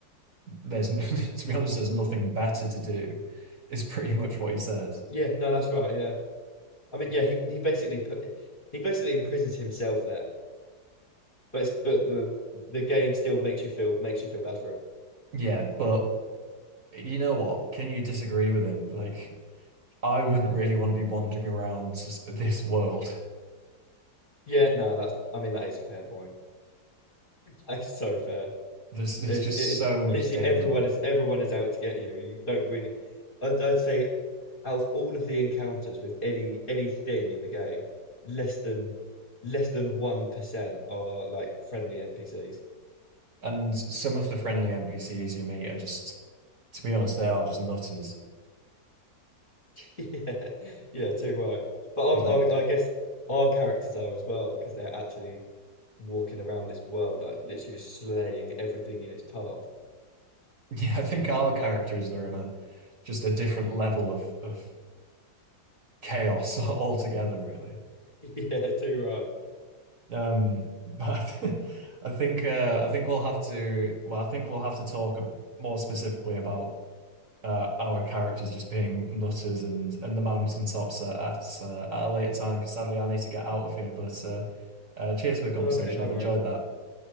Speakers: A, on the right (about 45°); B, on the left (about 30°).
A: there's <laughs> to be honest there's nothing better to do is pretty much what he says
B: Yeah, no, that's right. Yeah, I mean, yeah, he he basically put he basically imprisons himself there. But it's, but the the game still makes you feel makes you feel bad for him.
A: yeah but you know what can you disagree with him like I wouldn't really want to be wandering around s- this world
B: Yeah, no, that's I mean that is a fair point. <laughs> That is so fair.
A: <laughs> there's there's
B: It's
A: just
B: it's
A: so much
B: literally
A: danger
B: everyone is everyone is out to get you. You don't really. I'd, I'd say out of all of the encounters with any anything in the game, less than less than one percent are like friendly NPCs.
A: And some of the friendly NPCs you meet are just, to be honest, they are just nutters.
B: <laughs> Yeah, yeah, too right. But
A: Like,
B: I, I, I guess our characters are as well because they're actually walking around this world, like literally just slaying everything in its path.
A: <laughs> yeah, I think our characters are in a just a different level of of chaos <laughs> altogether, really.
B: <laughs> Yeah, too right.
A: Um, but <laughs> I think uh, I think we'll have to well, I think we'll have to talk ab- more specifically about uh, our characters just being nutters and and the mountaintops at at, uh, at a later time. Because sadly, I need to get out of here. But uh, uh, cheers for the conversation.
B: Okay, no
A: I've
B: worries.
A: enjoyed that.